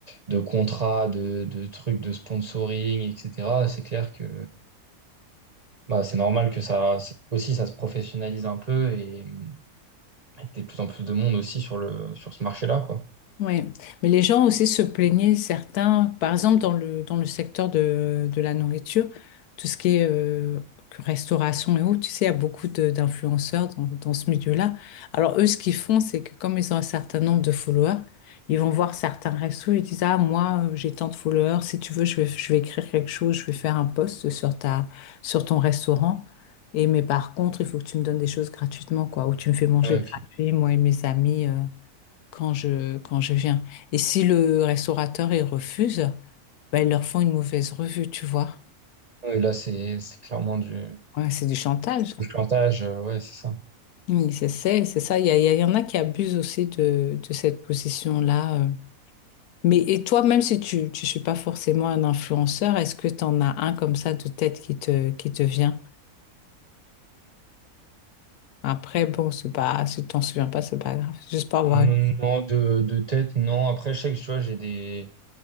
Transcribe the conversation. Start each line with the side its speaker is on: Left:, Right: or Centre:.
Right: de contrats, de, de trucs de sponsoring, etc. C'est clair que bah, c'est normal que ça aussi ça se professionnalise un peu et, et qu'il y ait de plus en plus de monde aussi sur le sur ce marché-là, quoi.
Left: Oui, mais les gens aussi se plaignaient, certains, par exemple dans le, dans le secteur de, de la nourriture, tout ce qui est euh, que restauration et autres, tu sais, il y a beaucoup de- d'influenceurs dans, dans ce milieu-là. Alors eux, ce qu'ils font, c'est que comme ils ont un certain nombre de followers, ils vont voir certains restos, ils disent, Ah, moi, euh, j'ai tant de followers, si tu veux, je vais, je vais écrire quelque chose, je vais faire un post sur ta, sur ton restaurant. Et mais par contre, il faut que tu me donnes des choses gratuitement, quoi, ou tu me fais manger
Right: Ouais,
Left: gratuit,
Right: ok.
Left: moi et mes amis. euh, quand je, quand je viens. Et si le restaurateur, il refuse, ben, ils leur font une mauvaise revue, tu vois.
Right: Ouais, là, c'est c'est clairement du,
Left: Ouais, c'est du chantage.
Right: du chantage, euh, ouais, c'est ça.
Left: Oui, c'est c'est- c'est ça. Il y, a- il y a- il y en a qui abusent aussi de, de cette position-là. euh. Mais et toi, même si tu ne suis pas forcément un influenceur, est-ce que tu en as un comme ça de tête qui te, qui te vient? Après, bon, c'est pas, si tu t'en souviens pas, c'est pas grave. Juste pour avoir
Right: Non,
Left: une-
Right: non, de, de tête, non. Après, je sais que tu vois, j'ai des.